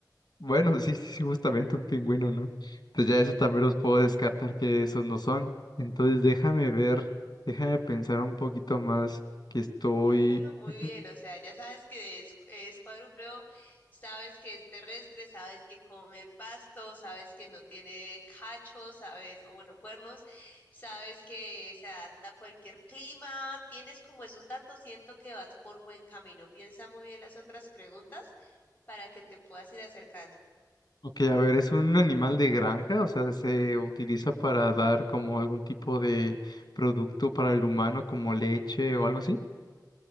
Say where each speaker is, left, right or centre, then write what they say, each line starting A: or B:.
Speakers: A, on the left; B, on the left.
A: Bueno, sí, sí, sí, justamente un pingüino, ¿no? Entonces ya eso también los puedo descartar que esos no son. Entonces déjame ver, déjame pensar un poquito más que estoy...
B: Piénsalo muy
A: <clears throat>
B: bien, o sea, ya sabes que es, es cuadrúpedo, sabes que es terrestre, sabes que come pasto, sabes que no tiene cachos, sabes, o bueno, cuernos, sabes que se adapta a cualquier clima, tienes como esos datos, siento que vas por buen camino. Piensa muy bien las otras preguntas para que te puedas ir acercando.
A: Ok, a ver, es un animal de granja, o sea, se utiliza para dar como algún tipo de producto para el humano, como leche o algo así.